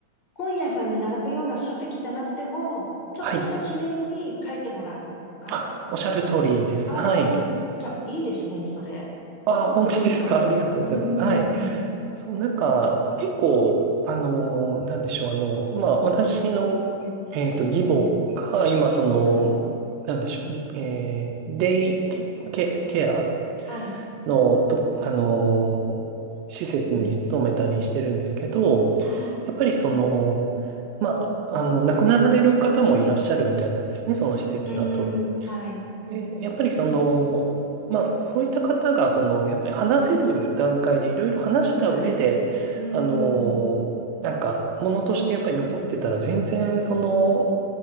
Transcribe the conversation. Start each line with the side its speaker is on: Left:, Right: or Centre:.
Left: 本屋さんに並ぶような書籍じゃなくても、ちょっとした記念に書いてもらうとか
Right: はい。あ、おっしゃる通りです。
Left: はい。
Right: はい。
Left: いや、いいですね、それ。
Right: あ、
Left: すごくいいと思います。
Right: 本当ですか。ありがとうございます。
Left: うー
Right: はい。
Left: ん。
Right: そう、なんか、結構、あの、なんでしょう、あの、まあ、私の、えっと、義母が、今、その、
Left: はい。
Right: なんでしょう、えー、デイケ、ケケア
Left: はい。
Right: の、と、あの、施設に勤めたりしてるんですけど、
Left: うん。ああ。
Right: やっぱりその、まあ、あの、亡くなられる方もいらっしゃるみたいなんですね、その施設だと。
Left: うーん。はい。うん。
Right: え、やっぱりその、まあそういった方が、その、やっぱり話せる段階でいろいろ話した上で、
Left: はい。うーん。
Right: あの、なんか、ものとしてやっぱり残ってたら全然その、
Left: うん。